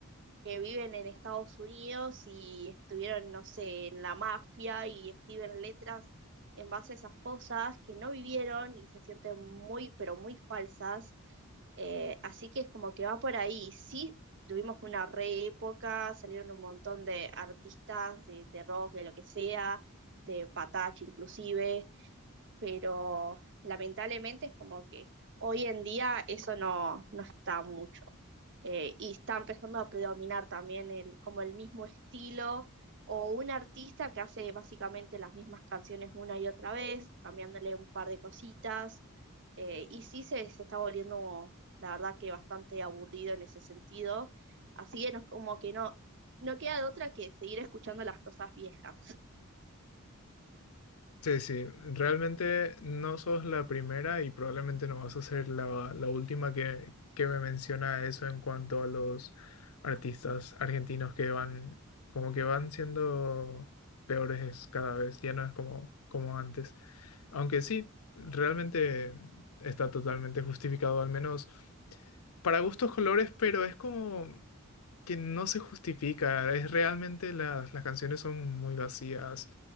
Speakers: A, on the right; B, on the left.
A: que viven en Estados Unidos y estuvieron, no sé, en la mafia y escriben letras en base a esas cosas que no vivieron y se sienten muy, pero muy falsas. Eh, así que es como que va por ahí. Sí, tuvimos una re época, salieron un montón de artistas de, de rock, de lo que sea, de Patache inclusive, pero lamentablemente es como que hoy en día eso no, no está mucho. Eh, y está empezando a predominar también el, como el mismo estilo o un artista que hace básicamente las mismas canciones una y otra vez, cambiándole un par de cositas. eh, y sí se, se está volviendo, la verdad que bastante aburrido en ese sentido. Así que no es como que no, no queda de otra que seguir escuchando las cosas viejas.
B: Sí, sí, realmente no sos la primera y probablemente no vas a ser la, la última que, que me menciona eso en cuanto a los artistas argentinos que van, como que van siendo peores cada vez, ya no es como, como antes. Aunque sí, realmente está totalmente justificado, al menos para gustos colores, pero es como que no se justifica. Es realmente las, las canciones son muy vacías.